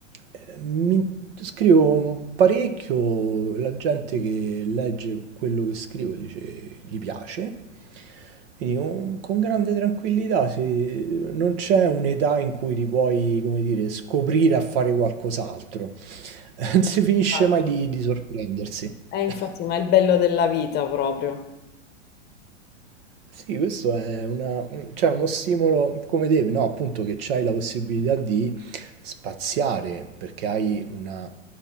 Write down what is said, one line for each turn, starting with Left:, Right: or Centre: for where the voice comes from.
Right: eh, mi- scrivo parecchio, la gente che legge quello che scrivo dice gli piace. Quindi con, con grande tranquillità, se- non c'è un'età in cui ti puoi, come dire, scoprire a fare qualcos'altro. <laughs> Non si finisce
Left: esatto.
Right: mai di, di sorprendersi.
Left: Eh, infatti,
Right: <laughs>
Left: ma è il bello della vita proprio.
Right: Sì, questo è una- cioè, uno stimolo come te, no? Appunto che c'hai la possibilità di spaziare perché hai una